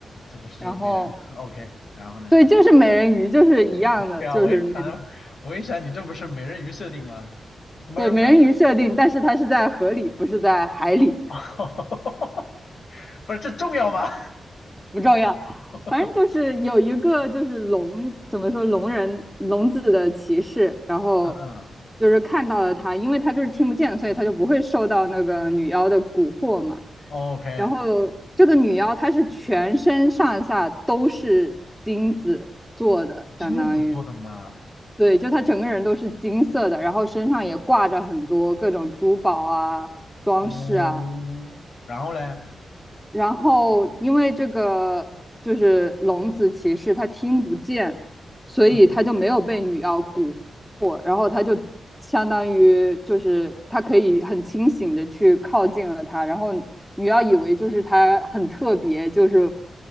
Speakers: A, on the left; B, in the centre.
A: 这不是美人
B: 然后
A: <laughs> OK，然后呢？
B: 对，就是美人鱼，就是一样的，
A: 对啊，
B: 就是那种
A: 我一想，我一想你这不是美人鱼设定吗？Mermaid，
B: 对美人鱼设定，但是它是在河里，不是在海里，
A: <laughs> 不是这重要吗？
B: 不重要。
A: <laughs>
B: 反正就是有一个就是聋，怎么说聋人聋子的骑士，然后
A: 嗯嗯
B: 就是看到了他，因为他就是听不见，所以他就不会受到那个女妖的蛊惑嘛。
A: ，OK，
B: 然后这个女妖她是全身上下都是金子做的，
A: 金子做的吗？
B: 相当于。对，就他整个人都是金色的，
A: 哦，
B: 然后身上也挂着很多各种珠宝啊、装饰啊，
A: 嗯，然后嘞，
B: 然后因为这个就是聋子骑士，他听不见，所以他就没有被女妖蛊惑，
A: 嗯，
B: 然后他就相当于就是他可以很清醒的去靠近了她，然后女妖以为就是他很特别，就是